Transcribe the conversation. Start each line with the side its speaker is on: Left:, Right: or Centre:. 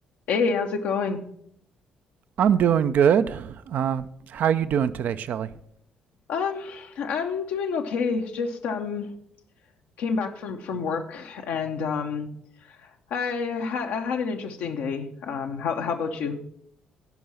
Left: Hey, how's it going?
Right: I'm doing good. Uh, how you doing today, Shelley?
Left: Um, I'm doing okay. Just um came back from from work and um I had I had an interesting day. Um, how how about you?